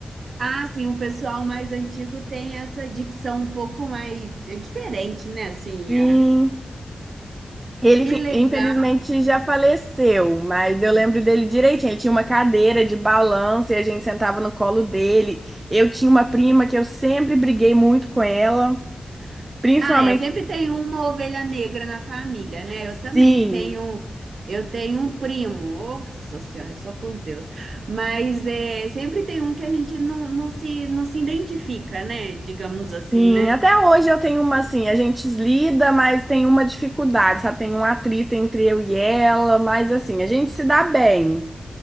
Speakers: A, on the right; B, on the right.
A: ah, sim, o pessoal mais antigo tem essa dicção um pouco mais é diferente, né? Assim,
B: Sim.
A: ah,
B: Ele,
A: que
B: fi-
A: legal.
B: infelizmente, já faleceu, mas eu lembro dele direitinho. Ele tinha uma cadeira de balanço e a gente sentava no colo dele. Eu tinha uma prima que eu sempre briguei muito com ela, principalmente.
A: Ah, é, sempre tem uma ovelha negra na família, né?
B: Sim,
A: Eu também tenho, eu tenho um primo, nossa senhora, só por Deus. Mas é, sempre tem um que a gente não, não se, não se identifica, né? Digamos assim,
B: sim.
A: né?
B: Até hoje eu tenho uma assim, a gente lida, mas tem uma dificuldade, sabe? Tem um atrito entre eu e ela, mas assim, a gente se dá bem.